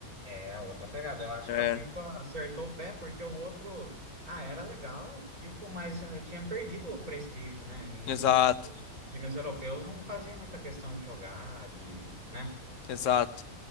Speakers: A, on the right; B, on the left.
A: É outra pegada. Eu acho
B: É.
A: que a FIFA acertou o pé porque o outro, ah, era legal, tipo, mas eh, tinha perdido o prestígio, né? Nin-
B: Exato,
A: Os os times europeus não faziam muita questão de jogar, de, né?
B: exato.